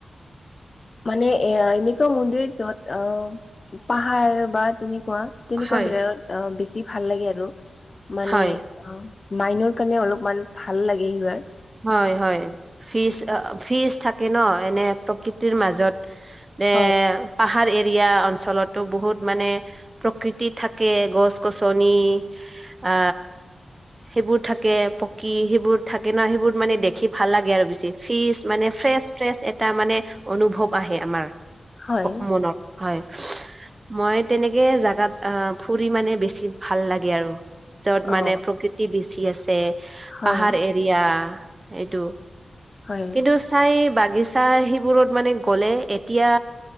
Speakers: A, on the left; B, on the right.
A: মানে এ এনেকুৱা মন্দিৰ যত অ পাহাৰ বা তেনে খোৱা তেনেকুৱা
B: হয়
A: বিৰত অ বেছি ভাল লাগে আৰু মানে
B: হয়
A: অ মাইনৰ কাৰণে অলপমান ভাল লাগে হিয়াৰ
B: হয় হয় ফিজ ফিজ থাকে ন এনে প্ৰকৃতিৰ মাজত এ
A: হয়
B: পাহাৰ এৰিয়া অঞ্চলতো বহুত মানে প্ৰকৃতি থাকে গছ গছনি আ সেইবোৰ থাকে পকী সেইবোৰ থাকে ন সেইবোৰ মানে দেখি ভাল লাগে আৰু বেছি ফিচ মানে ফ্ৰেচ ফ্ৰেচ এটা মানে অনুভৱ আহে আমাৰ
A: হয়
B: <unintelligible> মনত হয় মই তেনেকে জেগাত অ ফুৰি মানে বেছি ভাল লাগে আৰু যত মানে
A: অ
B: প্ৰকৃতি বেছি আছে
A: হয়
B: পাহাৰ এৰিয়া এইটো
A: হয়
B: কিন্তু চাই বাক <unintelligible> বাগিচা সেইবোৰত মানে গ'লে এতিয়া